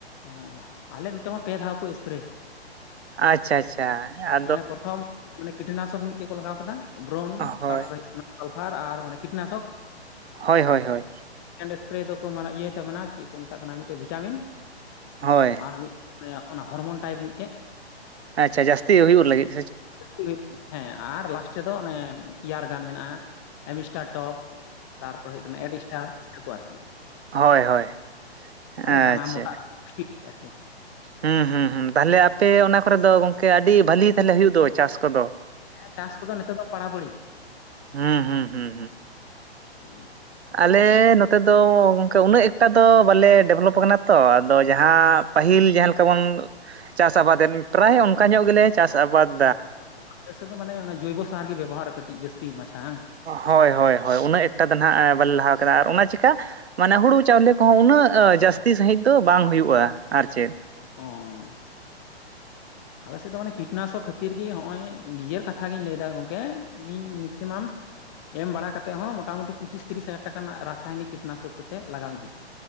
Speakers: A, on the left; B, on the right.
A: ᱚᱻ ᱟᱞᱮ ᱱᱚᱛᱮ ᱢᱟ ᱯᱮ ᱫᱷᱟᱣ ᱠᱚ ᱥᱯᱮᱨᱮᱭ ᱾
B: ᱟᱪᱪᱷᱟ ᱟᱪᱪᱷᱟ <unintelligible>
A: ᱢᱟᱱᱮ ᱯᱨᱚᱛᱷᱚᱢ ᱢᱟᱱᱮ ᱠᱤᱴᱱᱟᱥᱚᱠ ᱢᱤᱫᱴᱮᱡ ᱠᱚ ᱞᱟᱜᱟᱣ ᱠᱮᱫᱟ ᱵᱨᱳᱱ
B: ᱦᱳᱭ
A: ᱛᱟᱨᱯᱚᱨᱮ ᱦᱩᱭᱩᱜ ᱠᱟᱱᱟ ᱟᱞᱯᱷᱟᱨ ᱟᱨ ᱚᱱᱮ ᱠᱤᱴᱱᱟᱥᱚᱠ ᱾
B: ᱦᱳᱭ ᱦᱳᱭ ᱦᱳᱭ
A: ᱮᱱ ᱮᱥᱯᱨᱮ ᱫᱚᱠᱚ ᱤᱭᱟᱹᱭ ᱛᱟᱵᱮᱱᱟ ᱪᱮᱫ ᱠᱚ ᱢᱮᱛᱟᱜ ᱠᱟᱱᱟ ᱢᱤᱫᱴᱮᱱ ᱵᱷᱤᱴᱟᱢᱤᱱ ᱾
B: ᱦᱳᱭ
A: ᱟᱨ ᱢᱤᱫ ᱚᱱᱟ ᱦᱚᱨᱢᱚᱱ ᱴᱟᱭᱤᱯ ᱢᱤᱫᱴᱮᱜ
B: ᱟᱪᱪᱷᱟ ᱡᱟᱹᱥᱛᱤ ᱦᱩᱭᱩᱜ ᱞᱟᱹᱜᱤᱫ ᱾
A: <inaudible> ᱟᱨ ᱞᱟᱥᱴ ᱫᱚ ᱚᱱᱮ ᱤᱭᱟᱨ ᱜᱟᱱ ᱢᱮᱱᱟᱜ-ᱟ ᱢᱤᱥᱴᱟᱨ ᱴᱚᱯ ᱛᱟᱨᱯᱚᱨ ᱦᱩᱭᱩᱜ ᱠᱟᱱᱟ ᱮᱰ ᱮᱥᱴᱟᱨ ᱱᱤᱭᱟᱹ ᱠᱚ ᱟᱨᱠᱤ
B: ᱦᱳᱭ ᱦᱳᱭ
A: ᱢᱟᱱᱮ
B: ᱟᱪᱪᱷᱟ
A: ᱫᱟᱱᱟ ᱢᱚᱴᱟᱜ <inaudible>
B: ᱦᱩᱸ ᱦᱩᱸ ᱦᱩᱸ ᱛᱟᱦᱚᱞᱮ ᱟᱯᱮ ᱚᱱᱟ ᱠᱚᱨᱮ ᱫᱚ ᱜᱚᱝᱠᱮ ᱟᱹᱰᱤ ᱵᱷᱟᱞᱤ ᱛᱟᱦᱚᱞᱮ ᱦᱩᱭᱩᱜ ᱫᱚ ᱪᱟᱥ ᱠᱚᱫᱚ
A: ᱪᱟᱥ ᱠᱚᱫᱚ ᱱᱤᱛᱚᱜ ᱫᱚ ᱯᱟᱲᱟᱯᱟᱲᱤ
B: ᱦᱩᱸ ᱦᱩᱸ ᱦᱩᱸ
A: <inaudible>
B: ᱟᱞᱮ ᱱᱚᱛᱮ ᱫᱚ ᱜᱚᱝᱠᱮ ᱩᱱᱟᱹᱜ ᱮᱠᱴᱟ ᱫᱚ ᱵᱟᱞᱮ ᱰᱮᱵᱷᱞᱚᱯ ᱟᱠᱟᱱᱟ ᱛᱚ ᱟᱫᱚ ᱡᱟᱦᱟᱸ ᱯᱟᱹᱦᱤᱞ ᱡᱟᱦᱟᱸ ᱞᱮᱠᱟ ᱵᱩᱱ ᱪᱟᱥ ᱟᱵᱟᱫᱮᱫ ᱯᱨᱟᱭ ᱚᱱᱠᱟ ᱧᱚᱜ ᱜᱮᱞᱮ ᱪᱟᱥ ᱟᱵᱟᱫᱽ
A: <inaudible> ᱟᱯᱮ ᱥᱮᱫ ᱫᱚ ᱢᱟᱱᱮ ᱚᱱᱟ ᱡᱚᱭᱵᱚᱥᱟᱨ ᱜᱮ ᱵᱮᱵᱚᱦᱟᱨ ᱠᱟᱹᱴᱤᱡ ᱡᱟᱹᱥᱛᱤ ᱢᱟᱪᱷᱟ ᱦᱟᱝ
B: ᱦᱳᱭ ᱦᱳᱭ ᱦᱳᱭ ᱩᱱᱟᱹᱜ ᱮᱠᱴᱟ ᱫᱚ ᱱᱟᱦᱟᱜ ᱵᱟᱞᱮ ᱞᱟᱦᱟ ᱟᱠᱟᱫᱟ ᱟᱨ ᱚᱱᱟ ᱪᱤᱠᱟ ᱢᱟᱱᱮ ᱦᱩᱲᱩ ᱪᱟᱣᱞᱮ ᱠᱚᱦᱚᱸ ᱩᱱᱟᱹᱜ ᱡᱟᱹᱥᱛᱤ ᱥᱟᱺᱦᱤᱡ ᱫᱚ ᱵᱟᱝ ᱦᱩᱭᱩᱜ-ᱟ ᱟᱨ ᱪᱮᱫ
A: ᱦᱚᱸ ᱟᱞᱮ ᱥᱮᱫ ᱫᱚ ᱢᱟᱱᱮ ᱠᱤᱴᱱᱟᱥᱚᱠ ᱠᱷᱟᱹᱛᱤᱨ ᱜᱮ ᱱᱚᱜ-ᱚᱭ ᱱᱤᱡᱮᱨ ᱠᱟᱛᱷᱟ ᱜᱤᱧ ᱞᱟᱹᱭᱫᱟ ᱜᱚᱢᱠᱮ ᱤᱧ ᱢᱮᱠᱥᱤᱢᱟᱢ ᱮᱢ ᱵᱟᱲᱟ ᱠᱟᱛᱮᱫ ᱦᱚᱸ ᱢᱚᱴᱟ ᱢᱩᱴᱤ ᱯᱚᱸᱪᱤᱥ ᱛᱤᱨᱤᱥ ᱦᱟᱡᱟᱨ ᱴᱟᱠᱟ ᱨᱮᱱᱟᱜ ᱨᱟᱥᱟᱭᱚᱱᱤᱠ ᱠᱤᱴᱱᱟᱥᱚᱠ ᱠᱚᱛᱮ ᱞᱟᱜᱟᱣᱤᱧᱟᱹ